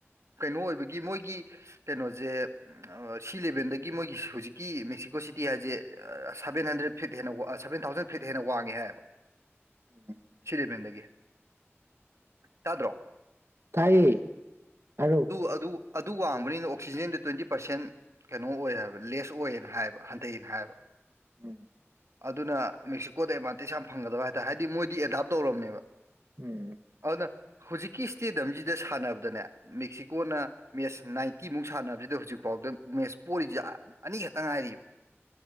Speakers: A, on the right; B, on the right.
A: ꯀꯩꯅꯣ ꯑꯣꯏꯕꯒꯤ ꯃꯣꯏꯒꯤ ꯀꯩꯅꯣꯁꯦ ꯁꯤ ꯂꯦꯕꯦꯜꯗꯒꯤ ꯃꯣꯏꯒꯤ ꯍꯧꯨꯖꯤꯛꯀꯤ ꯃꯦꯛꯁꯤꯀꯣ ꯁꯤꯇꯤ ꯍꯥꯏꯁꯦ ꯁꯕꯦꯟ ꯍꯟꯗ꯭ꯔꯦꯗ ꯐꯤꯠ ꯍꯦꯟꯅ ꯁꯕꯦꯟ ꯊꯥꯎꯖꯟ ꯐꯤꯠ ꯍꯦꯟꯅ ꯋꯥꯡꯉꯦ ꯍꯥꯏꯕ
B: ꯎꯝ
A: ꯁꯤꯔꯤꯕꯗꯒꯤ ꯇꯗ꯭ꯔꯣ
B: ꯇꯥꯏꯌꯦ ꯑ
A: ꯑꯗꯨ ꯑꯗꯨ ꯋꯥꯡꯕꯅꯤꯅ ꯑꯣꯛꯁꯤꯖꯦꯟꯗ ꯇ꯭ꯋꯦꯟꯇꯤ ꯄꯥꯔꯁꯦꯟ ꯀꯩꯅꯣ ꯑꯣꯏ ꯍꯥꯏꯕ ꯂꯦꯁ ꯑꯣꯏꯌꯦꯅ ꯍꯥꯏꯕ ꯍꯟꯊꯅ ꯍꯥꯏꯕ
B: ꯎꯝ
A: ꯑꯗꯨꯅ ꯃꯦꯛꯁꯤꯀꯣꯗ ꯑꯦꯗꯚꯥꯟꯇꯦꯖ ꯌꯥꯝ ꯐꯪꯒꯗꯕ ꯍꯥꯏꯇꯥꯥꯔꯦ ꯍꯥꯏꯗꯤ ꯃꯣꯏꯗꯤ ꯑꯦꯗꯥꯞ ꯇꯧꯔꯕꯅꯦꯕ
B: ꯎꯝ
A: ꯑꯗꯨꯅ ꯍꯧꯖꯤꯛꯀꯤ ꯏꯁꯇꯦꯗꯤꯌꯝꯁꯤꯗ ꯁꯥꯟꯅꯕꯗꯅꯦ ꯃꯦꯛꯁꯤꯀꯣꯅ ꯃꯦꯠꯁ ꯅꯥꯏꯟꯇꯤꯃꯨꯛ ꯁꯥꯟ ꯁꯥꯟꯅꯕꯁꯤꯗ ꯍꯧꯖꯤꯛ ꯐꯥꯎꯗ ꯃꯦꯁ ꯄꯣꯔꯤꯁꯦ ꯑꯅꯤꯈꯛꯇ ꯉꯥꯏꯔꯤꯕ